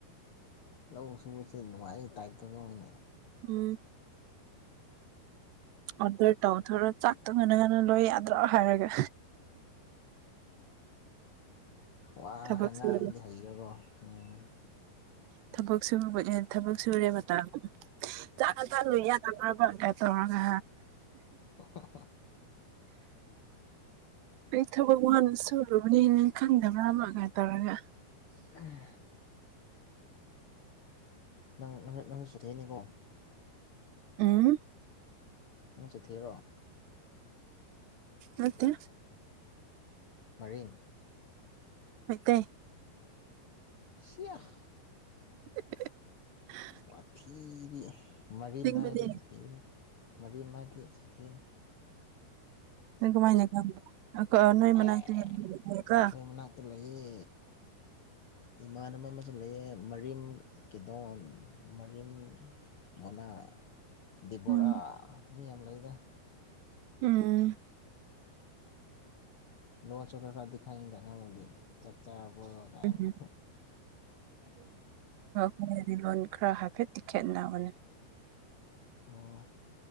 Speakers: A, on the left; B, on the right.
A: ꯂꯧ ꯁꯨꯕꯕꯁꯤꯦ ꯅꯨꯡꯉꯥꯏꯩ ꯇꯥꯏꯞꯇꯒ ꯑꯣꯏꯅ
B: ꯎꯝ ꯑꯣꯗꯔ ꯇꯧꯊꯔꯣ ꯆꯥꯛꯇꯣꯡ ꯉꯅ ꯉꯟꯅ ꯂꯣꯏ ꯌꯥꯗ꯭ꯔꯣ ꯍꯥꯏꯔꯒ
A: ꯋꯥ
B: ꯊꯕꯛ
A: ꯑꯉꯥꯡꯗꯤ
B: ꯁꯨꯔꯦ
A: ꯍꯩꯖꯔꯣ ꯎꯝ
B: ꯊꯕꯛ ꯁ ꯊꯕꯛ ꯁꯨꯔꯦ ꯃꯇꯥ ꯆ ꯀ ꯆ ꯂꯨ ꯌꯥ ꯇꯗꯔꯒ ꯀꯦ ꯇꯔꯒ
A: ꯑꯣ ꯍ
B: ꯑꯩ ꯊꯕꯛ ꯋꯥꯟ ꯁꯨꯨꯔꯨꯕꯅꯦ ꯅꯪ ꯈꯪꯗꯕ꯭ꯔꯥ ꯑꯃꯒꯥꯏ ꯇꯧꯔꯒ
A: ꯎꯝ ꯅꯪꯪ ꯅꯪꯁꯨ ꯆꯨꯊꯛꯑꯅꯤꯀꯣ
B: ꯑ
A: ꯃ ꯆ ꯊꯦꯔꯣ
B: ꯃꯠꯇ
A: ꯃꯔꯤꯡ
B: ꯃꯗ
A: ꯁꯤꯐ
B: <unintelligible>
A: ꯋꯥꯊꯤꯗꯤ ꯃꯔꯤ
B: ꯑꯁꯦꯡꯕꯅꯦ
A: ꯃꯥꯏꯗꯤꯁꯨ ꯊꯤꯅ ꯃꯔꯤ ꯃꯥꯏꯗꯁꯨ ꯊꯤꯅ
B: ꯀꯃꯥꯏꯅꯦ ꯀ ꯅꯣꯏ ꯃꯅꯥ
A: ꯑꯩꯈꯣꯏ
B: ꯀ
A: ꯃꯅꯥꯛꯇ ꯂꯩꯌꯦ ꯏꯃꯥꯟꯅꯕ ꯑꯃꯁꯨ ꯂꯩꯌꯦ ꯃꯔꯤꯝ ꯀꯗꯣ ꯃꯔꯤꯝ ꯃꯣꯅꯥ ꯗꯤꯦꯕꯣꯔꯥ
B: ꯎꯝ
A: ꯃꯤ ꯌꯥꯝ ꯂꯩꯗ
B: ꯎꯝ
A: ꯂꯣꯍ ꯆꯒ꯭ꯔ ꯈ ꯗꯤꯏꯗ ꯅ ꯍꯗ ꯆꯥꯛ ꯆꯥꯔꯕ ꯀꯥꯏꯅ
B: ꯎꯝ ꯍꯗꯤ ꯂꯣꯟ ꯈꯔ ꯍꯥꯏꯐꯦꯠꯇꯤ ꯈꯦꯠꯅꯕꯅꯦ
A: ꯑꯣ